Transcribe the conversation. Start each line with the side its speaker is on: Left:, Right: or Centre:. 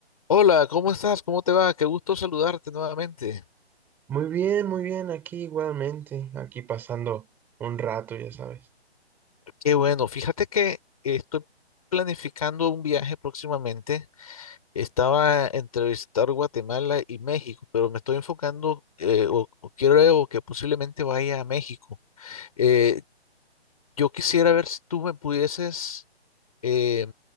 Left: Hola, ¿cómo estás? ¿Cómo te va? Qué gusto saludarte nuevamente.
Centre: Muy bien, muy bien, aquí igualmente, aquí pasando un rato, ya sabes.
Left: Qué bueno, fíjate que estoy planificando un viaje próximamente. Estaba entre visitar Guatemala y México, pero me estoy enfocando eh, o, o quiero que posiblemente vaya a México. Eh, yo quisiera ver si tú me pudieses eh,